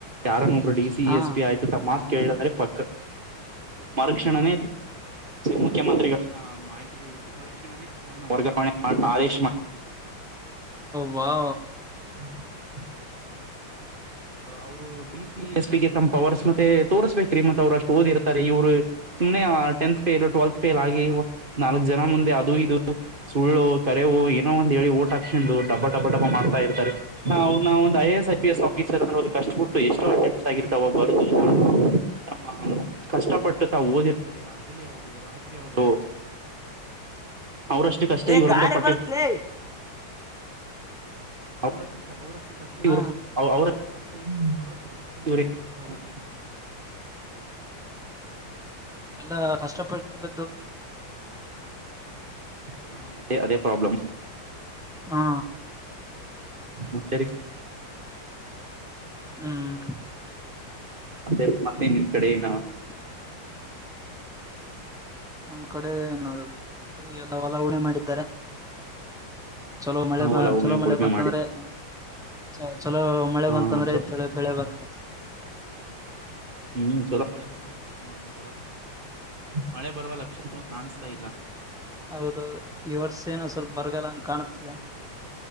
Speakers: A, on the right; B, in the centre.
A: ಯಾರ ಒಬ್ರು ಡಿ ಸಿ
B: ಹಾ
A: ಎಸ್ ಪಿ ಆ್ತ ಮಾತ್ ಕೇಳಂದ್ರೆ ಪಕ್ಕ ಮರುಕ್ಷಣನೇ ಮುಖ್ಯಮಂತ್ರಿಗಳನ್ನ ಮಾಹಿತಿ ತಿಳ ಮರುಕ್ಷಣೆೇ ಅವ್ರನ್ನ ವರ್ಗಾವಣೆ ಮಾಡ ಆದೇಶ ಮಾಡಿಬಿಡ್ತಿದ್ರು
B: ಹ್ವಾ
A: <unintelligible> ಅವರು <unintelligible> ಡಿ ಸಿ ಎಸ್ ಪಿಗೆ ತಮ್ಮ್ ಪವರ್ಸ್ ಮತ್ತೆ ತೋರ್ಸ್ಬೇಕ್ರೀ ಮತ್ತ ಅವ್ರುಷ್ಟು ಓದಿರ್ತಾರೆ ಇವ್ರು ಸುಮ್ನೆ ಟೆಂತ್ ಫೇಲ್ ಟ್ವೆಲ್ತ್ ಫೇಲ್ ಆಗಿ ನಾಲ್ಕ್ ಜನ ಮುಂದೆ ಅದು ಇದು ಸುಳ್ಳು ಕರೆವು ಏನ ಒಂದು ಹೇಳಿ ಓಟ ಹಾಕ್ಸಿಂದು ಡಬ್ಬ ಡಬ್ಬ ಡಬ್ಬ ಮಾಡ್ತಾ ಇರ್ತಾರೆ ಹ ನಾವ್ ಒಂದು ಐ ಎ ಸ್ ರ್ ಕಷ್ಟ ಬಿಟ್ಟು ಎಷ್ಟೋಟೆಸ್ ಆಗಿರ್ತಾವ ಬ <unintelligible> ತಮ್ಮ ಕಷ್ಟಪಟ್ಟು ತಾವು ಓದಿರ್ತಾರೆ ಆಗಲಿ ಹೌ ರಾತ್ರಿ ಹೌದು ಅವರಷ್ಟು ಕಷ್ಟ
B: ಏ
A: ಇವರಂತ
B: ಗಾಳಿ
A: ಪಟ್ಟಿ
B: ಬರುತ್ಲೇ
A: ಅವ್ರಷ್ಟು ಅವ್ರಷ್ಟು ಕಷ್ಟ
B: ಹಾ
A: ಇವ್ರ ಅವ್ರಷ್ಟು ಕಷ್ಟ ಅವ್ರಷ್ಟು ಕಷ್ಟ ಇವ್ರ ಪಟ್ಟಿರಲ್ರರಿ <unintelligible>
B: ಎಲ್ಲಾ ಕಷ್ಟಪ ದ
A: ಹ ರೀ ಅದೇ ಅ ಪ್ರಾಬ್ಲಂ
B: ಹಾ
A: ಮತ್ತರಿ
B: ಹ್ಮ್
A: ಮತ್ತೆ ಮತ್ತೆ ನಿಮ್ ಕಡೆನ
B: <inaudible> ನಮ್ ಕಡೆ ನೋಡ್ರಿ ಈಗೆಲ್ಲ ಹೊಲ ಉಳಿಮೆ ಮಾಡಿದ್ದಾರೆ ಚಲೋ ಮಳೆ
A: ಹೊಲ ಉಮೆ ಉಳುಮೆ
B: ಬಂತ
A: ಮಾಡಿದ್
B: ಅಂದ್ರೆ ಚಲೋ ಮಳೆ ಬಂತಂದ್ರೆ ಚಲೋ ಮಳೆ
A: ಹಾ
B: ಬಂತಂದ್ರೆ
A: ಹಾ
B: ಚಲೋ ಬೆಳೆ ಬರ್ತಾರ
A: ಹ್ಮ್ ಚಲೋ ಮಳೆ ಬರ್ಬೇಕ ಮಳೆ ಬರ ಮಳೆ ಬರುವ ಲಕ್ಷಣಗಳು ಕಾಣಸ್ತ ಇಲ್ಲಾ
B: ಹೌದೌದು ಈ ವರ್ಷ ಏನೋ ಸ್ವಲ್ಪ ಬರಗಲ್ಲ ಅಂಗ ಕಾಣತದೆ